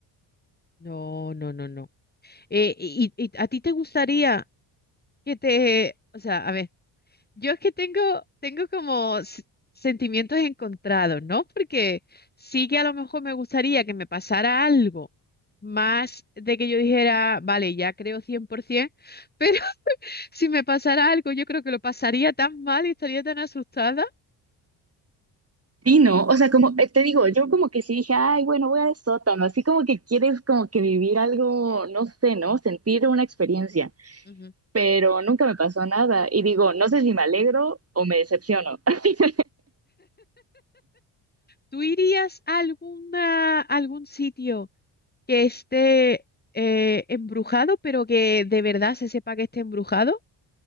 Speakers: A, on the left (about 20°); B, on the right (about 30°).
A: No, no, no, no. Eh, y, y- y a ti te gustaría que te, o sea, a ver. Yo es que tengo, tengo como s- sentimientos encontrados, ¿no? Porque sí que a lo mejor me gustaría que me pasara algo más de que yo dijera, vale, ya creo 100%, pero <laughs> si me pasara algo, yo creo que lo pasaría tan mal y estaría tan asustada.
B: sí, no. O sea, como eh, te digo, yo como que sí dije, ay, bueno, voy al sótano. Así como que quieres como que vivir algo, no sé, ¿no? Sentir una experiencia.
A: Ujú.
B: Pero nunca me pasó nada. Y digo, no sé si me alegro o me decepciono. <laughs>
A: ¿Tú irías a alguna, algún sitio que esté eh, embrujado, pero que de verdad se sepa que esté embrujado?